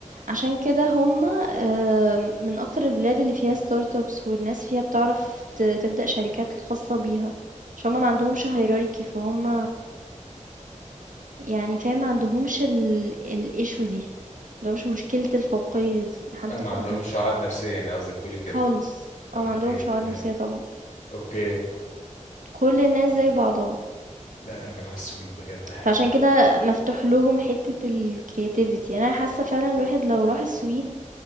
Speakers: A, on the right (about 85°); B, on the left (about 80°).
A: عشان كده هما آه، من أكتر البلاد اللي فيها ستارت ابس والناس فيها بتعرف ت- تبدأ شركات خاصة بيها عشان هما ما عندهمش هيراركي فهم يعني فاهم ما عندهمش ال ال issue دي ده مش مشكلة الفوقية دي حد
B: اه ما
A: فوق
B: عندهمش
A: حد
B: عقد نفسيه يعني قصدك تقولي كده
A: خالص او
B: اوكي
A: ما عندهمش عقد
B: تمام
A: نفسية طبعا
B: اوكي
A: كل الناس زي بعضها
B: لا يا جماعه السويد بجد حلوه
A: فعشان
B: قوي
A: كده مفتوح لهم حتة الكرياتيفيتي انا حاسة فعلا الواحد لو راح السويد